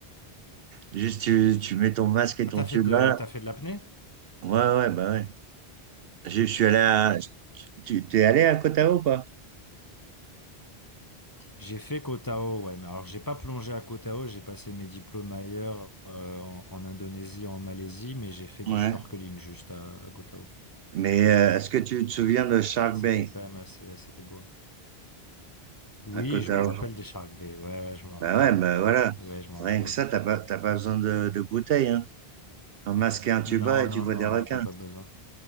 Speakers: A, on the right; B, on the left.
A: Juste tu, tu mets ton masque et
B: Ah,
A: ton
B: t'as
A: tuba.
B: fait de, t'as fait de l'apnée?
A: Ouais, ouais, bah ouais. Je, je suis allé à, tu t'es allé à Koh Tao ou pas?
B: J'ai fait Koh Tao, ouais. Mais alors, j'ai pas plongé à Koh Tao. J'ai passé mes diplômes ailleurs, euh, en, en Indonésie, en Malaisie, mais j'ai fait du
A: Ouais.
B: snorkeling juste à, à Koh Tao.
A: Mais euh, est-ce que tu te souviens de Shark
B: C'était
A: Bay
B: quand même assez, assez beau. Oui,
A: à Koh
B: je
A: Tao?
B: me rappelle des Shark Bay. Ouais, ouais, je m'en rappelle.
A: Bah ouais, bah voilà.
B: Ouais, je m'en
A: Rien
B: rappelle.
A: que ça, t'as pas, t'as pas besoin de, de bouteilles, hein. Un masque et un tuba
B: Non,
A: et
B: non,
A: tu vois
B: non,
A: des requins.
B: là, t'as pas besoin.